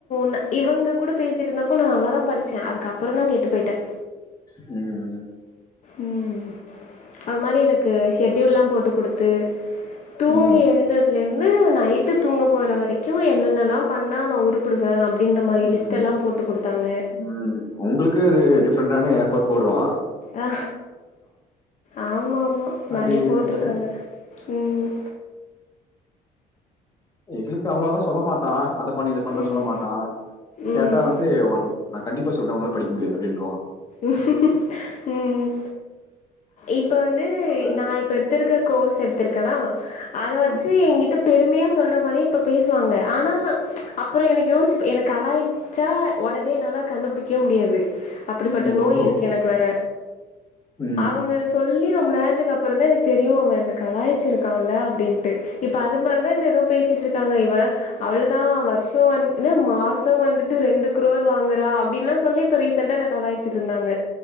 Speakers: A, on the left; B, on the left.
A: ந இவங்க கூட பேசியிருந்தப்போ நா நல்லாதா படிச்சே அது அதுக்கப்பறம் தா கெட்டு போயிட்ட
B: ம்
A: ம் அவர் மாரி எனக்கு ஷெட்யூல்லா போட்டு குடுத்து தூங்கி
B: உம்
A: எழுந்தது ல இருந்து நைட்டு தூங்க போற வரைக்கு என்னென்னல்லா பண்ணா நா உரு ப்படுவே அப்டின்ற மாரி
B: உம்
A: லிஸ்ட் எல்லா போட்டு குடுத்தாங்க
B: உம் உங்களுக்கு அது டிஃப்ரெண்டான எஃபர்ட் போடுவா
A: ஆ ஆமா ஆமா நறைய
B: அது
A: போட்டிருக்காங்க
B: இதுன்னு
A: ம்
B: எங்களுக்கு அவ்ளல்லா சொல்ல மாட்டா அத பண்ணி இத பண்ணுன்லா
A: ம்,
B: சொல்ல மாட்டா கேட்டா
A: ம்.
B: வந்து உன் நா கண்டிப்பா சொல்றே உன்னால படிக்க முடியாது அப்டின்றுவா
A: ம் ம் இப்ப வந்து
B: அதனால
A: நா இப்ப எடுத் மத்து இருக்க கோர்ஸ் எடுத்திருக்கேனா அத
B: உம்,
A: வெச்ச எயே கிட்ட பெருமையா சொல்ற மாரியே இப்ப பேசுவாங்க ஆனா அப்றோ எனக்கு யோசிச்சி எனக்கு அலாயவ் அடிச்சா ஒடனே என்னால கண்டுபுடிக்கவே முடியாது அப்படிப்பட்ட
B: உம்,
A: நோய்
B: ஓஹோ
A: இருக்கு எனக்கு வேற
B: உம்,
A: அவங்க சொல்லி ரொம்ப நேரத்துக்கு அப்றோந்தா எனக்கு தெரியு அவே என்ன கலாயிச்சி இருக்கான்ல அப்டின்ட்டு இப்ப அது மாரிதா என்ன ஏதோ பேசிட்டு இருக்காங்க இவ அவ்ளதா வருஷோ வந்து மாசோ வந்துட்டு ரெண்டு குரோர் வாங்குறா அப்டின்லா சொல்லி இப்ப ரீசன்டா என்ன கலாய்ச்சிட்டு இருந்தாங்க